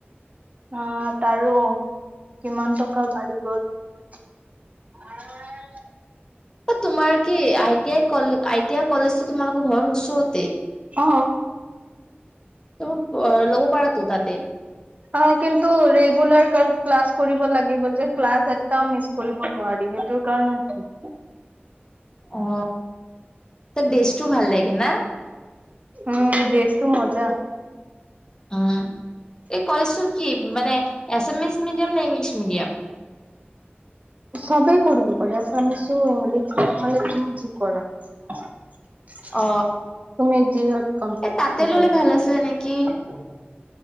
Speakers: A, on the right (about 40°); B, on the left (about 20°).
A: আহ তাৰো কিমান টকা বাঢ়ি গ'ল। <unintelligible>
B: তোমাৰ কি আই টি আই কলে আই টি আই কলেজ তো তোমালোকৰ ঘৰৰ ওচৰতেই
A: অ
B: ত মোক লব পাৰাতো তাতেই
A: অ কিন্তু ৰেগুলাৰ ক্লাছ কৰিব লাগিব যে ক্লাছ এটা মিছ কৰিব নোৱাৰি সেইটো কাৰণ ন।
B: অ ত দেছটো ভাল লাগে না।
A: উম দেছটো মজা।
B: উম এই কলেছো কি মানে। আছামিছ মিডিয়াম নে ইংলিছ মিডিয়াম।
A: সবেই কৰিব পাৰে আছমিছো ইংলিছ তুমি যি কৰা। তুমি
B: অ
A: যি হত ক <unintelligible>
B: এই তাতে ললে ভাল আছিলে নেকি